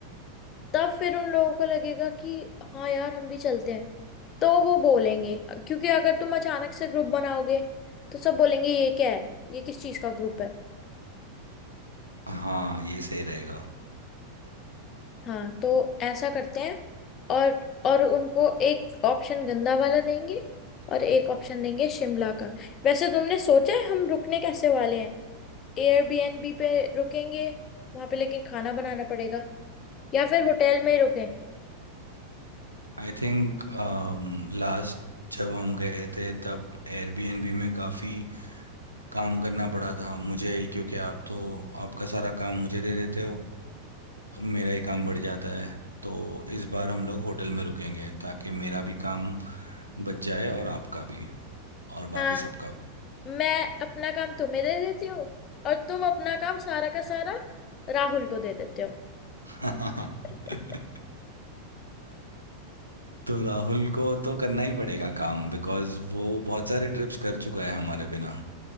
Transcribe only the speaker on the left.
तब फिर उन लोगों को लगेगा कि हाँ यार हम भी चलते हैं तो वो बोलेंगे क्योंकि अगर तुम अचानक से ग्रुप बनाओगे तो सब बोलेंगे ये क्या है ये किस चीज का ग्रुप है
हाँ तो ऐसा करते हैं और और उनको एक ऑप्शन गंदा वाला देंगे और एक ऑप्शन देंगे शिमला का वैसे तुमने सोचा है हम रुकने कैसे वाले हैं एयरबीएनबी पे रुकेंगे वहां पे लेकिन खाना बनाना पड़ेगा या फिर होटल में ही रुकें
हाँ
मैं अपना काम तुम्हें दे देती हूँ और तुम अपना काम सारा का सारा राहुल को दे देते हो
<laughs>